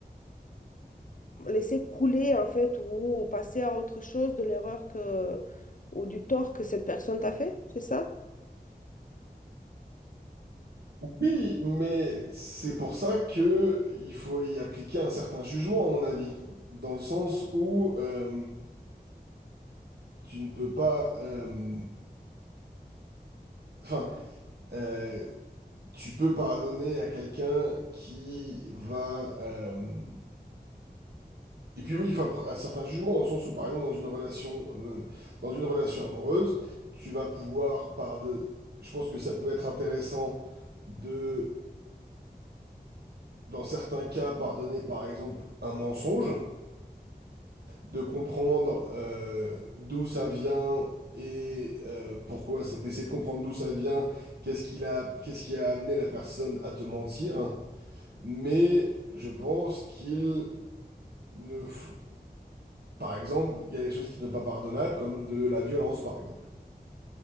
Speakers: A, on the left; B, on the right.
A: laisser couler en fait ou passer à autre chose de l'erreur que ou du tort que cette personne t'a fait, c'est ça?
B: Oui, mais c'est pour ça que il faut y appliquer un certain jugement, à mon avis. Dans le sens où euh, tu ne peux pas... euh, Enfin, euh, tu peux pardonner à quelqu'un qui va... euh, et puis oui, il faut appro- un certain jugement, dans le sens où, par exemple, dans une relation, euh, dans une relation amoureuse, tu vas pouvoir pardonner... Je pense que ça peut être intéressant de, dans certains cas, pardonner, par exemple, un mensonge. de comprendre euh, d'où ça vient et euh, pourquoi, c'est d'essayer de comprendre d'où ça vient, qu'est-ce qu'il a, qu'est-ce qui a amené la personne à te mentir. Mais je pense qu'il ne faut... Par exemple, il y a des choses qui ne sont pas pardonnables, comme de la violence, par exemple.